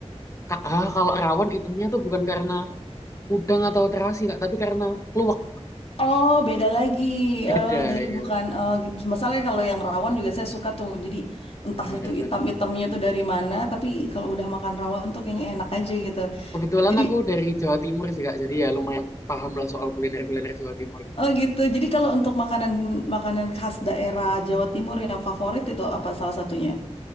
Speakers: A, on the left; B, on the left.
A: Ka- ah, kalau rawon itemnya tuh bukan karena udang atau terasi Kak, tapi karena keluak.
B: Oh, beda lagi.
A: Beda
B: Oh, jadi
A: ya.
B: bukan oh gitu. Masalahnya kalau yang rawon juga saya suka tuh. Jadi entah
A: Bener
B: itu
A: bener.
B: hitam-hitamnya tuh dari mana, tapi kalau udah makan rawon tuh kayaknya enak aja gitu.
A: Kebetulan
B: Jadi
A: aku dari Jawa Timur sih Kak, jadi ya lumayan paham lah soal kuliner-kuliner Jawa Timur.
B: Oh gitu. Jadi kalau untuk makanan makanan khas daerah Jawa Timur yang favorit itu apa salah satunya?